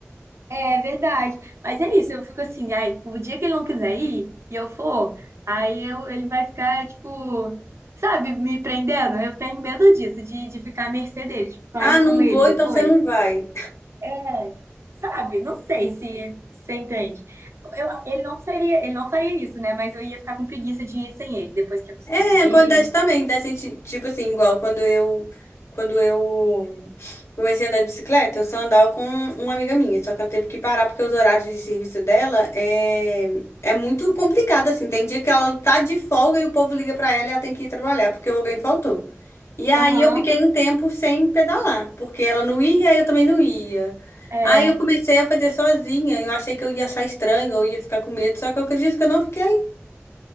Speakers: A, on the right; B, on the left.
A: É verdade. Mas é isso, eu fico assim, ai, o dia que ele não quiser ir e eu for, aí eu, ele vai ficar, tipo, sabe, me prendendo. Eu tenho medo disso, de, de ficar à mercê dele, tipo, sair
B: Ah, não
A: com ele
B: vou,
A: depois.
B: então você não vai.
A: É, sabe, não sei se se você entende. Eu, ele não seria, ele não faria isso, né? Mas eu ia ficar com preguiça de ir sem ele, depois que acostumei.
B: É, acontece também, da gente, tipo assim, igual quando eu, quando eu comecei a andar de bicicleta, eu só andava com uma amiga minha, só que ela teve que parar porque os horários de serviço dela é, é muito complicado, assim. Tem dia que ela tá de folga e o povo liga pra ela e ela tem que ir trabalhar porque alguém faltou. E aí
A: Aham.
B: eu fiquei um tempo sem pedalar, porque ela não ia e eu também não ia.
A: É,
B: Aí eu comecei a fazer sozinha. Eu achei que eu ia achar estranho, eu ia ficar com medo, só que eu acredito que eu não fiquei.